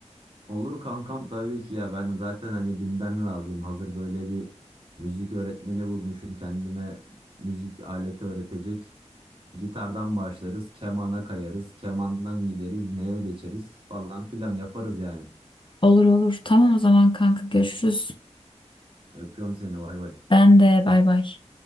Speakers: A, on the right (about 45°); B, on the left (about 45°).
A: Olur kankam tabii ki ya. Ben zaten hani dünden razıyım. Hazır böyle bir müzik öğretmeni bulmuşum. Kendime müzik aleti öğretecek. Gitardan başlarız. Kemana kayarız. Kemandan gideriz. Neye geçeriz falan filan yaparız yani.
B: Olur olur. Tamam o zaman kanka görüşürüz.
A: Öpüyorum seni. Vay vay.
B: Ben de bay bay.